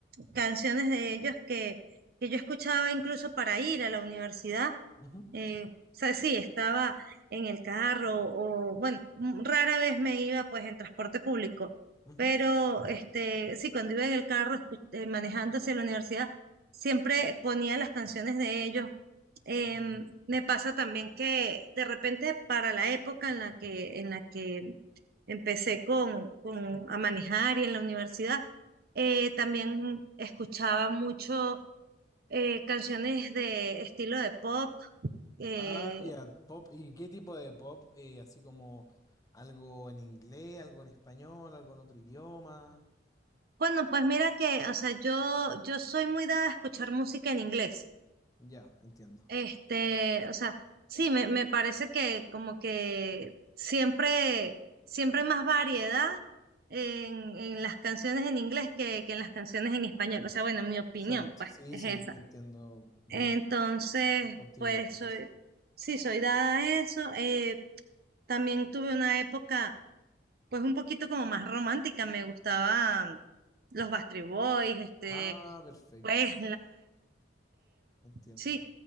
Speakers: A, on the right (about 50°); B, on the left (about 20°).
A: canciones de ellos que, que yo escuchaba incluso para ir a la universidad.
B: Ujú,
A: eh, o sea, sí, estaba en el carro o, bueno, m- rara vez me iba pues en transporte público,
B: ujú.
A: pero este, sí, cuando iba en el carro escu- eh, manejando hacia la universidad, siempre ponía las canciones de ellos Em,
B: Ah,
A: me pasa también que de repente para la época en la que, en la que empecé con, con- a manejar y en la universidad, eh, también escuchaba mucho eh, canciones de estilo de pop. eh,
B: ah, ya, pop. ¿Y qué tipo de pop? Eh, así como algo en inglés, algo en español, algo en otro idioma.
A: bueno, pues mira que, o sea, yo, yo soy muy dada a escuchar música en inglés.
B: Ya, entiendo.
A: Este, o sea, sí, me, me parece que como que siempre, siempre hay más variedad en, en las canciones en inglés que, que en las canciones en español. O sea, bueno, mi opinión,
B: Exacto.
A: pues,
B: Sí,
A: es
B: sí,
A: esa.
B: entiendo. Voy
A: Entonces,
B: contigo
A: pues,
B: igual en
A: soy,
B: eso.
A: sí, soy dada a eso. Eh, también tuve una época, pues, un poquito como más romántica. Me gustaba los Backstreet Boys, este,
B: Ah, perfecto.
A: Live,
B: Entiendo.
A: sí,